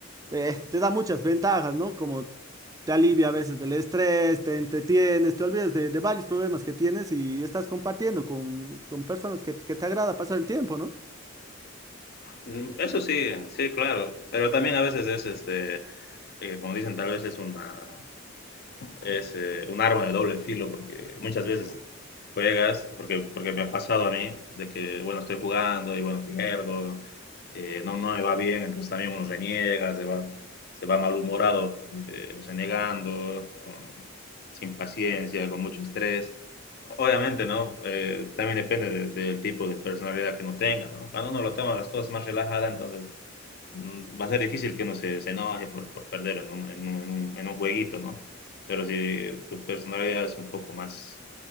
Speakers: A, on the right; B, on the left.
A: eh, te da muchas ventajas, ¿no? Como te alivia a veces del estrés, te entretienes, te olvidas de, de varios problemas que tienes y estás compartiendo con, con personas que, que te agrada pasar el tiempo, ¿no?
B: Mm, Eso sí, sí, claro. Pero también a veces es, este, eh, como dicen, tal vez es una, es eh, un arma de doble filo porque muchas veces juegas, porque, porque me ha pasado a mí, de que, bueno, estoy jugando y, bueno, pierdo, eh, no, no me va bien, entonces también uno reniega, se va, se va malhumorado, eh, renegando, o sin paciencia, con mucho estrés. Obviamente, ¿no? Eh, también depende de- del tipo de personalidad que uno tenga, ¿no? Cuando uno lo toma las cosas más relajadas, entonces mm, va a ser difícil que uno se, se enoje por, por perder en un, en un- en un- en un jueguito, ¿no? Pero si tu personalidad es un poco más,